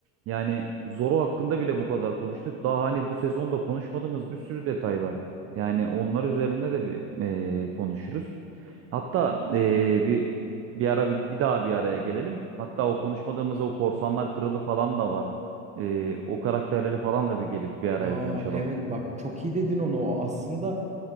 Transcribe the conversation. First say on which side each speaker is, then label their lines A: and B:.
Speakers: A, on the right (about 40°); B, on the right (about 20°).
A: yani Zoro hakkında bile bu kadar konuştuk. Daha hani bu sezonda konuşmadığımız bir sürü detay var. Yani onlar üzerinde de bir eee, konuşuruz. Hatta eee, bir bir ara bir, bir daha bir araya gelelim. Hatta o konuşmadığımız o Korsanlar Kralı falan da var. Eee, o karakterleri falan da bir gelip bir araya
B: Aa
A: konuşalım.
B: evet bak çok iyi dedin onu. O aslında